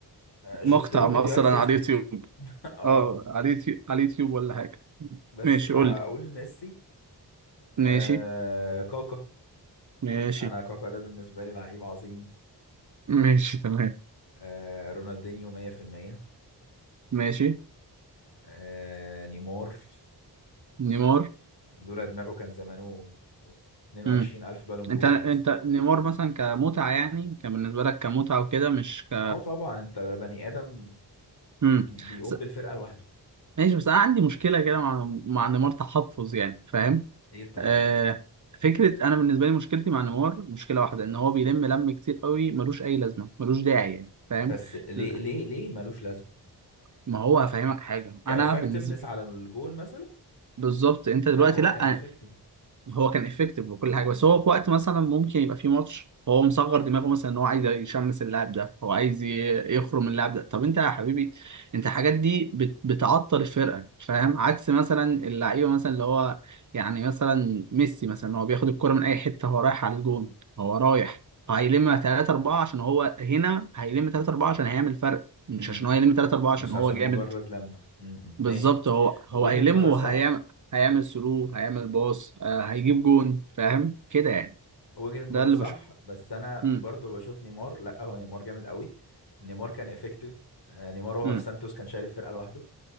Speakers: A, on the left; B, on the right.
A: آه شفت
B: مقطع
A: له فيديوهات
B: مثلا
A: فيسبوك
B: على اليوتيوب
A: <laughs> اه
B: اه على اليوتيوب على اليوتيوب ولا حاجة
A: بس
B: ماشي
A: فهقول
B: قول لي
A: ميسي آه
B: ماشي
A: كاكا
B: ماشي
A: انا كاكا ده بالنسبة لي لعيب عظيم
B: ماشي تمام
A: آه رونالدينيو 100%
B: ماشي
A: آه نيمار
B: نيمار
A: لولا دماغه كان زمانه 22
B: امم
A: ألف بالون
B: انت
A: دور
B: انت
A: مثلا
B: نيمار مثلا كمتعة يعني كان بالنسبة لك كمتعة وكده مش ك
A: اه طبعا انت ده بني آدم
B: امم
A: بي بيقوم
B: بس...
A: بالفرقة لوحده
B: ماشي بس انا عندي مشكلة كده مع مع نيمار تحفظ يعني فاهم
A: ايه التحفظ
B: آه... فكرة انا بالنسبة لي مشكلتي مع نيمار مشكلة واحدة ان هو بيلم لم كتير قوي ملوش اي لازمة ملوش داعي يعني فاهم
A: بس ليه
B: ل-
A: ليه ليه ملوش لازمة
B: ما هو هفهمك حاجة
A: كإفكتفنس
B: انا بالنسبة
A: على الجون مثلا
B: بالظبط انت
A: لا
B: دلوقتي
A: هو
B: لا
A: كان إفكتيف
B: هو كان افكتيف وكل حاجه بس هو في وقت مثلا ممكن يبقى في ماتش هو مصغر دماغه مثلا ان هو عايز يشمس اللاعب ده هو عايز ي- يخرم اللاعب ده طب انت يا حبيبي انت الحاجات دي بت- بتعطل الفرقه فاهم عكس مثلا اللعيبه مثلا اللي هو يعني مثلا ميسي مثلا هو بياخد الكرة من اي حته هو رايح على الجون هو رايح هيلم 3 4 عشان هو هنا هيلم 3 4 عشان هيعمل فرق مش
A: امم
B: عشان هو يلم 3 4 عشان
A: مش
B: هو
A: عشان
B: جامد
A: مجرد لما امم
B: بالظبط
A: ماشي
B: هو هو
A: وجهة
B: هيلم
A: نظر
B: وهيعمل
A: صح
B: هيعمل ثرو هيعمل باص آه هيجيب جون فاهم كده يعني
A: وجهة نظر
B: ده اللي
A: صح
B: بشوفه
A: بس انا
B: امم
A: برضو بشوف نيمار لا هو نيمار جامد قوي نيمار كان إفكتيف آه، نيمار وهو
B: امم
A: في سانتوس كان شايل الفرقة لوحده